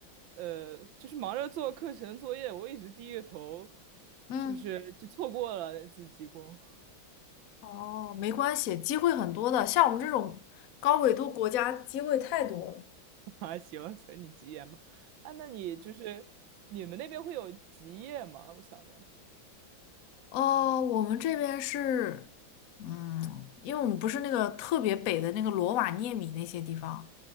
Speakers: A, on the right; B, on the left.
A: 呃，就是忙着做课程作业，我一直低着头，
B: 嗯，
A: 就是就错过了那次极光。
B: 哦，没关系，机会很多的，像我们这种高纬度国家，机会太多了。
A: <laughs> 啊，行，承你吉言吧。啊，那你就是你们那边会有极夜吗？我想着
B: 哦，我们这边是，嗯，因为我们不是那个特别北的那个罗瓦涅米那些地方，